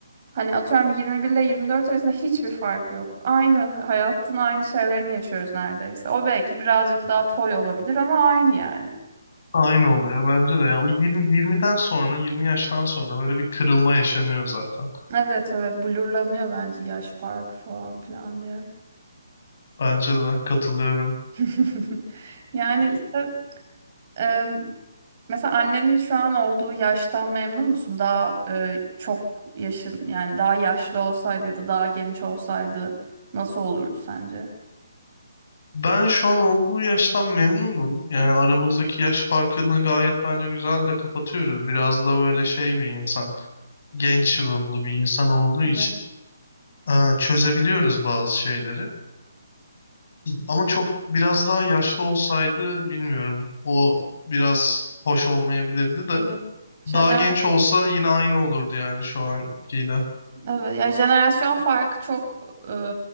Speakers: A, on the right; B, on the left.
A: hani atıyorum 21 ile 24 arasında hiçbir fark yok. Aynı hayatın aynı şeylerini yaşıyoruz neredeyse. O belki birazcık daha toy olabilir ama aynı yani.
B: Aynı oluyor bence de. Yani o 20, 20'den sonra, 20 yaştan sonra böyle bir kırılma yaşanıyor zaten.
A: Evet evet blurlanıyor bence yaş farkı falan filan diye.
B: Bence de katılıyorum.
A: <laughs> Yani işte e, mesela annenin şu an olduğu yaştan memnun musun? Daha e, çok yaşın yani daha yaşlı olsaydı ya da daha genç olsaydı nasıl olurdu sence?
B: Ben şu an olduğu yaştan memnunum. Yani aramızdaki yaş farkını gayet bence güzel de kapatıyoruz. Biraz da böyle şey bir insan, genç ruhlu bir insan olduğu
A: Evet,
B: için. Aa, çözebiliyoruz bazı şeyleri. Ama çok biraz daha yaşlı olsaydı bilmiyorum. O biraz hoş olmayabilirdi de.
A: evet. Jenera
B: Daha genç olsa yine aynı olurdu yani şu ankiyle.
A: evet. Ya jenerasyon farkı çok e,